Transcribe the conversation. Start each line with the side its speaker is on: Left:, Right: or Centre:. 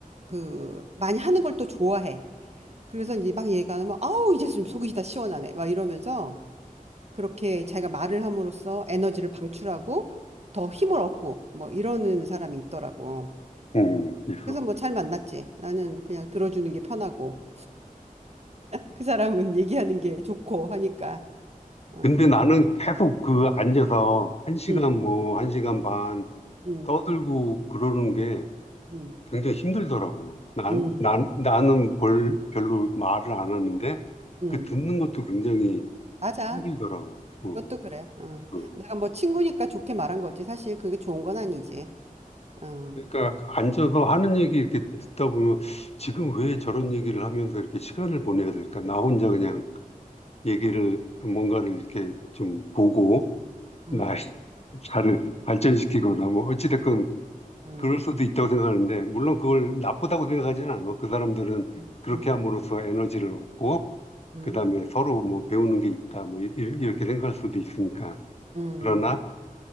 Right: 그, 많이 하는 걸 또 좋아해. 그래서 이제 막 얘기하면, 아우, 이제 좀 속이 다 시원하네. 막 이러면서 그렇게 자기가 말을 함으로써 에너지를 방출하고 더 힘을 얻고 뭐 이러는 사람이 있더라고.
Left: 음, 그래서.
Right: 그래서 뭐 잘 만났지. 나는 그냥 들어주는 게 편하고 그 사람은 얘기하는 게 좋고 하니까. 어.
Left: 근데 나는 계속 그 앉아서 한 시간
Right: 음,
Left: 뭐, 한 시간 반
Right: 음,
Left: 떠들고 그러는 게
Right: 음,
Left: 굉장히 힘들더라고. 난,
Right: 음.
Left: 난, 나는 벌, 별로 말을 안 하는데
Right: 음,
Left: 그 듣는 것도 굉장히
Right: 맞아.
Left: 힘들더라고. 어.
Right: 그것도 그래. 어.
Left: 음.
Right: 내가 뭐 친구니까 좋게 말한 거지. 사실 그게 좋은 건 아니지. 어.
Left: 그러니까 앉아서 하는 얘기 이렇게 듣다 보면 지금 왜 저런 얘기를 하면서 이렇게 시간을 보내야 될까? 나 혼자 그냥 얘기를 뭔가를 이렇게 좀 보고
Right: 음,
Left: 나, 나를 발전시키거나 뭐 어찌됐건
Right: 음,
Left: 그럴 수도 있다고 생각하는데 물론 그걸 나쁘다고 생각하지는 않아. 그 사람들은
Right: 음,
Left: 그렇게
Right: 음,
Left: 함으로써 에너지를 얻고
Right: 음,
Left: 그다음에 서로 뭐 배우는 게 있다 뭐 이- 이- 이렇게 생각할 수도 있으니까.
Right: 음,
Left: 그러나